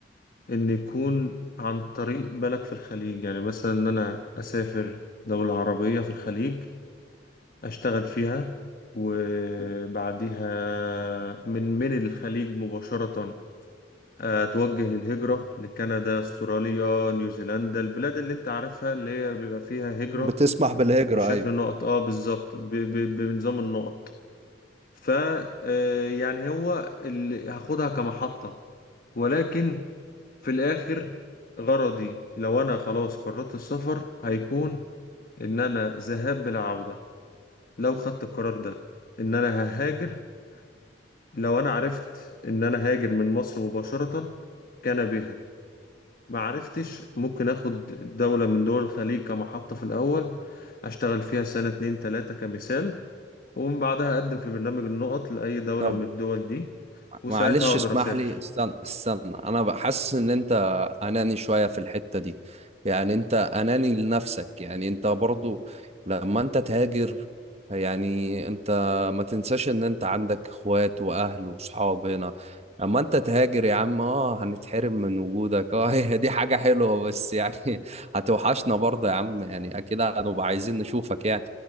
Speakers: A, on the left; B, on the right.
A: إن يكون عن طريق بلد في الخليج يعني مثلا إن أنا أسافر دولة عربية في الخليج أشتغل فيها وبعديها من من الخليج مباشرة أتوجه للهجرة لكندا أستراليا نيوزيلندا البلاد اللي أنت عارفها اللي هي بيبقى فيها هجرة
B: بتسمح بالهجرة
A: بشكل
B: أيوة
A: نقط اه بالظبط ب- ب- بنظام النقط ف آه، يعني هو اللي هاخدها كمحطة ولكن في الآخر غرضي لو أنا خلاص قررت السفر هيكون إن أنا ذهاب بلا عودة لو خدت القرار ده إن أنا ههاجر لو أنا عرفت إن أنا هاجر من مصر مباشرة كان بها ما عرفتش ممكن أخد دولة من دول الخليج كمحطة في الأول أشتغل فيها سنة اتنين تلاتة كمثال ومن بعدها أقدم في برنامج النقط لأي دولة
B: طب
A: من الدول دي وساعتها
B: معلش
A: أقدر
B: اسمح
A: أسافر
B: لي استنى استنى انا بحس ان انت اناني شوية في الحتة دي يعني انت اناني لنفسك يعني انت برضو لما انت تهاجر يعني انت ما تنساش ان انت عندك اخوات واهل وصحاب هنا اما انت تهاجر يا عم اه هنتحرم من وجودك <laughs> اه هي دي حاجة حلوة بس يعني <laughs> هتوحشنا برضه يا عم يعني اكيد هنبقى عايزين نشوفك يعني